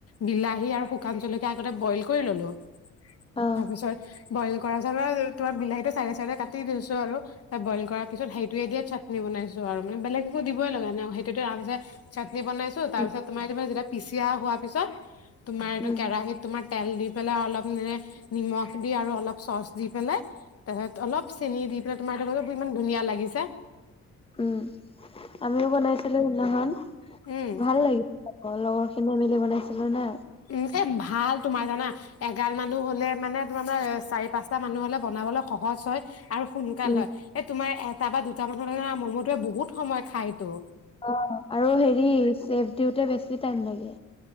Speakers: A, on the left (about 50°); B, on the left (about 20°).
A: বিলাহী আৰু শুকান জলকীয়া আগতে বইল কৰি ললো
B: অ
A: তাৰপিছত বইল গঁৰা জলৰ তোম বিলাহী টো চাইডে চাইডে কাটি দিছো আৰু তাত বইল কৰা পিতেইটোৱে দিয়ে চাটনি বাইছো আৰু মানে বেলেগ একো দিবই ল লগা ন সেইটোতে আমছে চাটনি বনাইছো তাৰিছত
B: উম
A: তোমাৰ ততিয়া পিচিয়া হোৱাৰ পিছত তোমাৰ এইটো
B: উম
A: কেৰাহী তোমাৰ তেল দি পেল অলপ নিম দি আৰু অল চচ দি পেলাই তাৰ অলপ চেনি দি পাই তোমাৰ ইমান ধুনীয়া লাগিছে
B: উম আমিও বনাইছো হেল্ও সেইদিনা খন
A: উম
B: ভাল লাগিল অ লগৰ খিনি মিলি বনাইছিলো না
A: উ এ ভাল তোমাৰ জানা এগাল মানুহ হলে মানে তোমাৰ চাৰি পাঁচটা মানুহ হলে বনাবলৈ সহজ হয় আৰু সোনকাল
B: উম।
A: হয় তোমাৰ এটা বা দুটা মানু ম'ম'টোৱে বহুত সময় খায়তো
B: অ আৰু হেৰি চেফ দিওঁতে বেছি টাইম লাগে